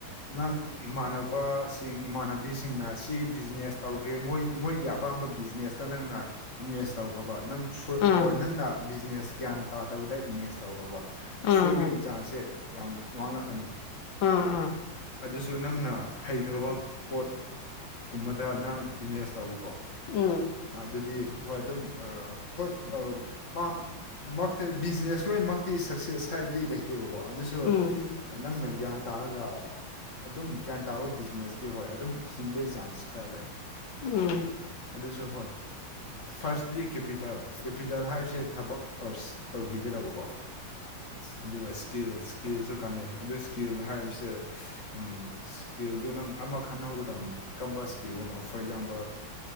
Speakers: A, on the left (about 40°); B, on the left (about 70°).
A: ꯅꯪ ꯏꯃꯥꯟꯅꯕꯁꯤꯡ ꯏꯃꯥꯟꯅꯕꯤꯁꯤꯡꯅ ꯁꯤ ꯕꯤꯖꯤꯅꯦꯁ ꯇꯧꯒꯦ ꯃꯣꯏ ꯃꯣꯏꯒꯤ ꯑꯄꯥꯝꯕ ꯕꯤꯖꯤꯅꯦꯁꯇ ꯅꯪꯅ ꯏꯟꯚꯦꯁ ꯇꯧꯈ꯭ꯔꯕ ꯅꯪ ꯑꯣꯔ
B: ꯎꯝ
A: ꯅꯪꯅ ꯕꯤꯖꯤꯅꯦꯁ ꯒ꯭ꯌꯥꯟ ꯇꯥꯗꯕꯗ ꯏꯟꯚꯦꯁ ꯇꯧꯔꯕ
B: ꯎꯝ ꯎꯝ
A: ꯁꯣꯏꯕꯒꯤ
B: ꯎꯝ ꯎꯝ
A: ꯆꯥꯡꯁꯦ ꯌꯥꯝ ꯋꯥꯉꯛꯀꯅꯤ
B: ꯑꯥ ꯑꯥ
A: ꯑꯗꯨꯁꯨ ꯅꯪꯅ ꯍꯩꯈ꯭ꯔꯕ ꯄꯣꯠ ꯀꯨꯝꯕꯗ ꯅꯪ ꯏꯟꯚꯦꯁ ꯇꯧꯕ ꯀ
B: ꯎꯝ ꯎꯝ
A: ꯑꯗꯨꯗꯤ ꯍꯣꯏ ꯑꯗꯨꯝ ꯍꯣꯏ ꯃꯥ ꯃꯔꯛꯇ ꯕꯤꯖꯤꯅꯦꯁ ꯂꯣꯏꯅꯃꯛꯇꯤ ꯁꯛꯁꯦꯁ ꯍꯥꯏꯕꯗꯤ ꯂꯩꯇ ꯠꯇꯦꯕꯀꯣ ꯑꯗꯨꯁꯨ
B: ꯎꯝ ꯎꯝ ꯎꯝ
A: ꯅꯪꯅ ꯒ꯭ꯌꯥꯟ ꯇꯥꯔꯒ ꯑꯗꯨꯝ ꯒ꯭ꯌꯥꯟ ꯇꯥꯕ ꯕꯤꯖꯤꯅꯦꯁꯇꯤ ꯍꯣꯏ ꯑꯗꯨꯝ ꯍꯤꯡꯕꯒꯤ ꯆꯥꯟꯁ ꯈꯔ ꯂꯩ
B: ꯎꯝ
A: ꯁꯨ ꯍꯣꯏ ꯐꯥꯔꯁꯇꯗꯤ ꯀꯦꯄꯤꯇꯦꯜ ꯀꯦꯄꯤꯇꯦꯜ ꯍꯥꯏꯕꯁꯦ ꯊꯕꯛ ꯐꯔꯁ ꯇꯧꯈꯤꯒ꯭ꯔꯕ ꯑꯗꯨꯒ ꯏꯁꯀꯤꯜ ꯏꯁꯀꯤꯜꯁꯨ ꯀꯥꯟꯅꯩ ꯑꯗꯨ ꯏꯁꯀꯤꯜ ꯍꯥꯏꯕꯁꯦ ꯎ ꯏꯁꯀꯤꯜꯗꯨ ꯅꯪ ꯑꯃ ꯈꯟꯅꯍꯧꯒꯗꯕꯅꯤ ꯀꯝꯄꯁꯀꯤꯣ ꯐꯣꯔ ꯑꯦꯛꯖꯥꯝꯄꯜ